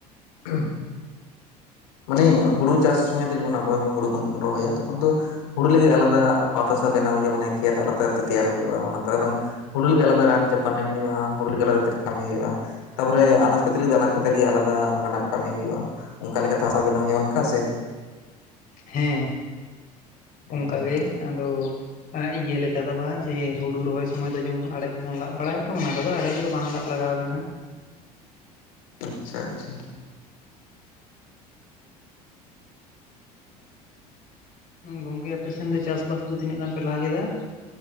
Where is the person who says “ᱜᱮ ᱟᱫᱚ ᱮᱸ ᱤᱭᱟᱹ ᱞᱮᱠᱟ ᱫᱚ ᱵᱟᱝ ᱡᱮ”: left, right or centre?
Left